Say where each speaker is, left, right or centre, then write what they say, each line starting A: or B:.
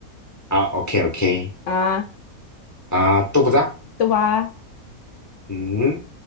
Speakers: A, on the left; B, on the left.
A: 아, 오케이, 오케이.
B: 아,
A: 아, 또 보자.
B: 또 봐.
A: 음.